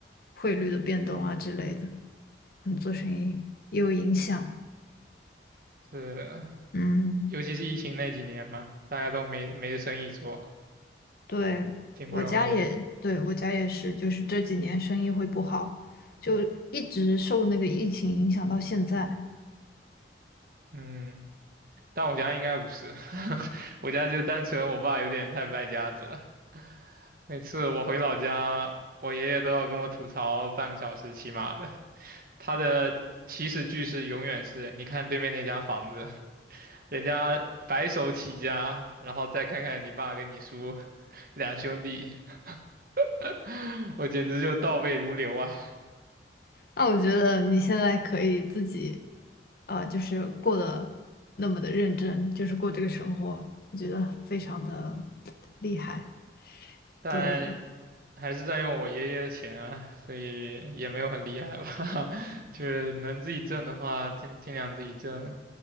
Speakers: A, on the left; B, on the right.
A: 汇率的变动啊之类的，可能做生意也有影响。
B: 对，
A: 嗯，
B: 尤其是疫情那几年嘛，大家都没没生意做，
A: 对，
B: 挺不容易的。
A: 我家也，对，我家也是，就是这几年生意会不好，就一直受那个疫情影响到现在。
B: 嗯。但我家应该不是，<laughs> 我家就单纯我爸有点太败家子了。每次我回老家，我爷爷都要跟我吐槽半个小时起码的。他的起始句是永远是，你看对面那家房子，人家白手起家，然后再看看你爸跟你叔 <laughs> 两兄弟，<laughs> 我简直就倒背如流啊。
A: 那我觉得你现在可以自己，呃，就是过得那么的认真，就是过这个生活，我觉得非常的厉害。
B: 但还是在用我爷爷的钱啊，
A: 对，
B: 所以也没有很厉害吧。<laughs> 就是能自己挣的话，尽尽量自己挣，